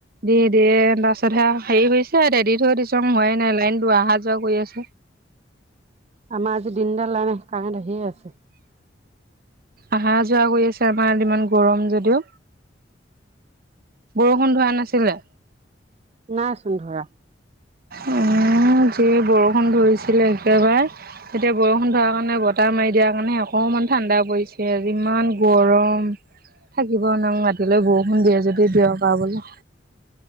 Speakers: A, on the right; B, on the right.
A: দি দিয়ে তাৰপছতহে হেৰি হৈছে দি দিয়ে থৈ দি থং হোৱাই নাই লে লাইনটো আহা যোৱা কৰি আছে
B: আমাৰ আজি দিনডাল নাই কাৰেণ্ট আহিয়ে আছে
A: আহা যোৱা কৰি আছে আমাৰ ইমান গৰম যদিও বৰষুণ ধোৱা নাছিলে।
B: নাইচোন ধৰা।
A: উম যিহে বৰষুণ ধৰিছিলে একেবাৰে এতিয়া বৰষুণ ধোৱাৰ কাৰণে ব আতাৰ মাৰি দিয়া কাৰণে অকমান ঠাণ্ডা পৰিছে আজি ইমান গৰম থাকিব ন ৰাতিলৈ বৰষুণ দিয়ে যদি দিয়ক আৰু বোলে